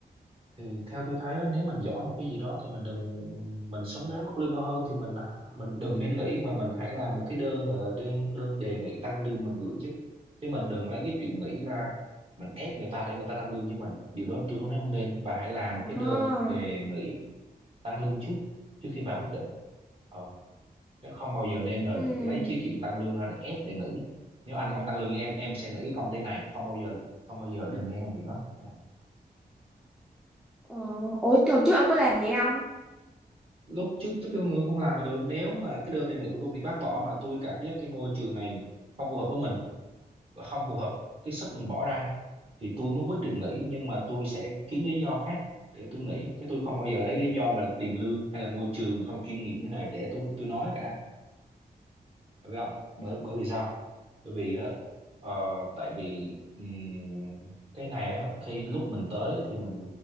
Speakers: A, on the right; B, in the centre.
A: thì theo tôi thấy á, nếu mình giỏi một cái gì đó thì mình đừng mình xứng đáng mức lương cao hơn thì mình mình đừng nên nghĩ mà mình hãy làm một cái đơn gọi là đơn đơn đề nghị tăng lương mình gửi chứ chứ mình đừng lấy cái chuyện nghĩ ra mình ép người ta để người ta tăng lương cho mình điều đó tôi không nói không nên bà hãy làm
B: ờ
A: một cái đơn đề nghị tăng lương trước trước khi bà quyết định ờ, chứ không bao giờ nên là
B: ừ
A: lấy cái chuyện tăng lương ra để ép để nghỉ nếu anh không tăng lương với em em sẽ nghỉ cái công ty này không bao giờ không bao giờ đừng nên làm chuyện đó à.
B: ờ ủa hồi trước ông có làm vậy không
A: lúc trước trước tôi không làm mà được nếu mà cái đơn đề nghị của tôi bị bác bỏ mà tôi cảm giác cái môi trường này không phù hợp với mình và không phù hợp cái sức mình bỏ ra thì tôi mới quyết định nghỉ nhưng mà tôi sẽ kiếm lý do khác để tôi nghỉ chứ tôi không bao giờ lấy lý do mà tiền lương hay là môi trường không chuyên nghiệp như thế này để tôi tôi nói cả phải không bởi bởi vì sao bởi vì á ờ, tại vì ừm, cái này á khi lúc mình tới thì mình